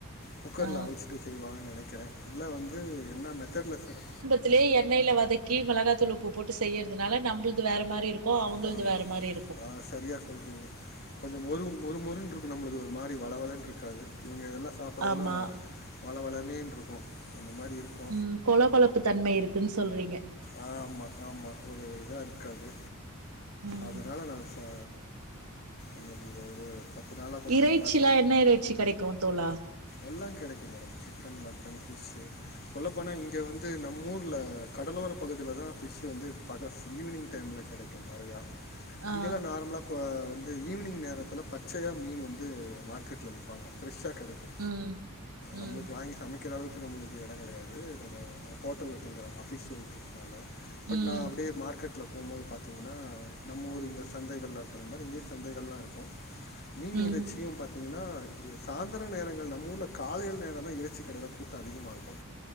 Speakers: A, on the left; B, on the right.
A: குக்கர்ல
B: ஆ
A: அவிச்சிட்டு செய்வாங்கனு நெனைக்கிறே இல்ல வந்து என்ன மெத்தட்ல‌ செய்றா
B: த்லே எண்ணெய்ல வதக்கி மெளகாத்தூள் உப்பு போட்டு செய்யறதுனால நம்பள்து வேற மாரி இருக் கு அவங்கள்து
A: ஆ
B: வேற மாரி இருக்கு
A: ஆ சரியா சொல்றீங்க கொஞ்சோ மொறு மொறு மொறுனு இருக்கு நம்மள்து ஒரு மாரி வளவளன்னு இருக்காது இவங்க எல்லா சாப்புட்றதுலா
B: ஆமா
A: வள வளனேனு இருக்கு அந்த மாரி இருக்கு
B: ம் கொழ கொழப்பு தன்மை இருக்குனு சொல்றீங்க
A: ஆ ஆமா ஆமா ஒரு இதா இருக்காது
B: ம்
A: அதனால நா சா எனக்கு ஒரு பத்து நாளாக கொஞ்சம்
B: இறைச்சிலா
A: இந்த மாதிரி
B: என்ன இறைச்சி கெடைக்கு தோழா
A: எல்லா கெடைக்குங்க சிக்கன், மட்டன், ஃப்ஷ் சொல்லப் போனா இங்க வந்து நம் ஊர்ல கடலோர பகுதியிலதா ஃபிஷ் வந்து பகு ஈவினிங் டைம்ல கெடைக்கு நெறையா
B: ஆ
A: இங்கல்லா நார்மலா கு வந்து ஈவினிங் நேரத்தில பச்சையா மீன் வந்து மார்க்கெட்ல விப்பாங்க ஃப்ரெஷ்ஷா கெடைக்கு
B: ம்
A: நம்மளுக்கு
B: ம்
A: வாங்கி சமைக்கிற அளவுக்கு நம்மளுக் எடங் கிடையாது நம்ம ஹோட்டல தங்கற அபிஷியல்னால பட்
B: ம்
A: நா அப்டியே மார்க்கெட் ல போம்போது பாத்தீங்னா நம்ம ஊர் இந்த சந்தைகள்ல இருக்கிற மாரி இங்கயு சந்தைகள்லா இருக்கு மீன்
B: ம்
A: இறைச்சியு பாத் திங்னா இது சாயந்தர நேரங்கள் நம்ம ஊர்ல காலை நேரம்தா இறைச்சி கடையில கூட்டோ அதிகமா இருக்கு